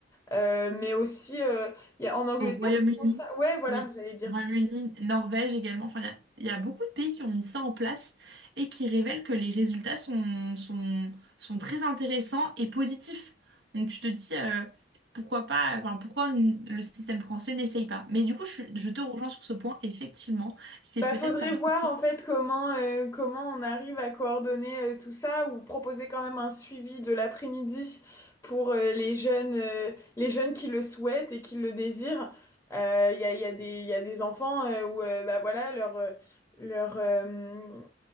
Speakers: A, on the left; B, on the right.
A: euh, mais aussi euh, il y a, en Angleterre
B: Au Royaume-Uni,
A: ils font ça, ouais voilà
B: oui.
A: j'allais dire.
B: Royaume-Uni, Norvège également. Enfin, il y a, il y a beaucoup de pays qui ont mis ça en place et qui révèlent que les résultats sont, sont, sont très intéressants et positifs. Donc tu te dis euh, pourquoi pas, enfin pourquoi n- le système français n'essaye pas. Mais du coup, je, suis- je te rejoins sur ce point. Effectivement, c'est
A: Bah,
B: peut-être
A: faudrait
B: par
A: voir
B: rapport.
A: en fait comment euh, comment on arrive à coordonner euh, tout ça ou proposer quand même un suivi de l'après-midi pour euh, les jeunes euh, les jeunes qui le souhaitent et qui le désirent. Euh, Il y a, il y a des il y a des enfants euh, où euh, bah voilà leur euh, leur euh,